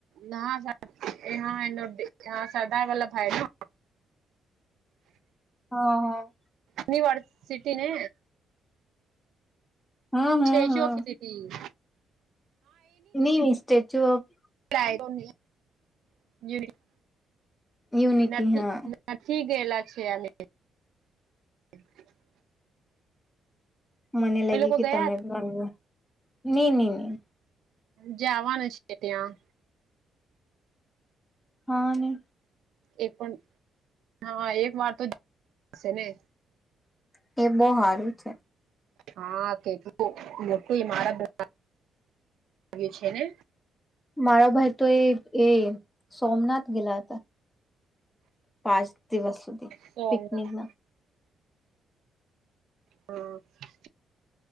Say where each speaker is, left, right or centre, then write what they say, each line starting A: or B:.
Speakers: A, on the right; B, on the left.
A: ના, <unintelligible> સરદાર વલ્લભભાઈ
B: હમ્મ હમ્મ.
A: નિવરસિટી ને
B: હા હા
A: સ્ટેચ્યુ
B: હા
A: ઓફ સિટી.
B: ની ની સ્ટેચ્યુ ઓફ
A: <unintelligible>
B: યુનિટી
A: નથી
B: હા
A: નથી ગયેલા છે અમે <inaudible>
B: મને લાગ્યું
A: એ લોકો
B: કે
A: ગયા
B: તમે ભાગવા ની ની ની
A: જે આવવાના છે ત્યાં.
B: હા ને.
A: એ પણ હા એક વાર તો શે ને
B: તે બો હારું છે.
A: હા કેટલું <unintelligible> મારા <unintelligible> છે ને
B: મારા ભાઈ તો એ એ સોમનાથ ગેલા હતા. પાંચ દિવસ. સુધી
A: સોમનાથ
B: પિકનિક ના
A: હ